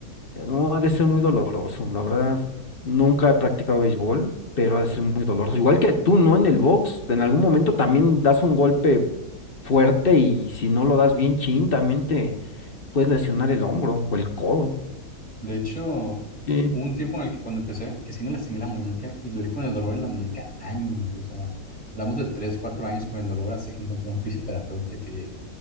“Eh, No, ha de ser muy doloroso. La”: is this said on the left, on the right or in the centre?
Left